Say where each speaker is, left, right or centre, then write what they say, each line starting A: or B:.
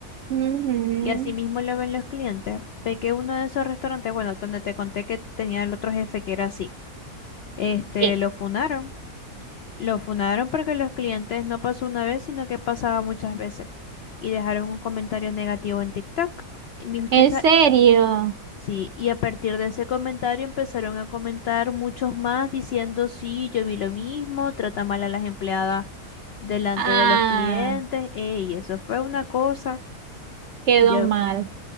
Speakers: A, on the right; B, on the left.
A: Ujú.
B: Y así mismo lo ven los clientes. Ve que uno de esos restaurantes, bueno, donde te conté que tenía el otro jefe que era así, este,
A: Sí.
B: lo funaron. Lo funaron porque los clientes no pasó una vez, sino que pasaba muchas veces. Y dejaron un comentario negativo en TikTok. Y mi muchacha
A: ¿En serio?
B: Sí, y a partir de ese comentario empezaron a comentar muchos más diciendo, sí, yo vi lo mismo, trata mal a las empleadas delante
A: Ah,
B: de los clientes, ey, eso fue una cosa,
A: quedó
B: y yo,
A: mal.